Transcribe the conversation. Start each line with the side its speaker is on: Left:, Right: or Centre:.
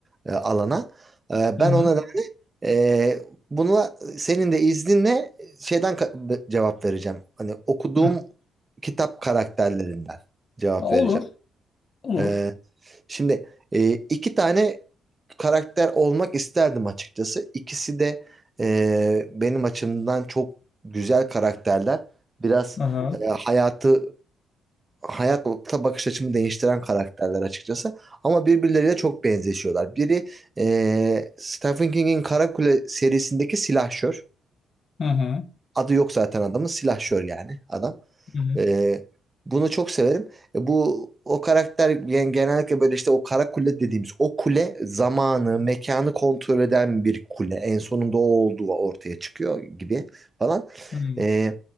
Right: e, alana. E,
Left: Hı
Right: ben
Left: hı.
Right: ona da e, buna senin de izninle şeyden ka- cevap vereceğim. Hani okuduğum
Left: Hı.
Right: kitap karakterlerinden cevap
Left: Olur.
Right: vereceğim.
Left: Olur.
Right: E, Şimdi e, iki tane karakter olmak isterdim açıkçası. İkisi de e, benim açımdan çok güzel karakterler. Biraz
Left: Hı hı.
Right: e, hayatı hayata bakış açımı değiştiren karakterler açıkçası. Ama birbirleriyle çok benzeşiyorlar. Biri e, Stephen King'in Karakule serisindeki silahşör.
Left: Hı hı.
Right: Adı yok zaten adamın silahşör yani adam.
Left: Hı hı.
Right: Ee, bunu çok severim. E, bu o karakter yani genellikle böyle işte o kara kule dediğimiz o kule zamanı, mekanı kontrol eden bir kule. En sonunda o olduğu ortaya çıkıyor gibi falan.
Left: Hı.
Right: Ee,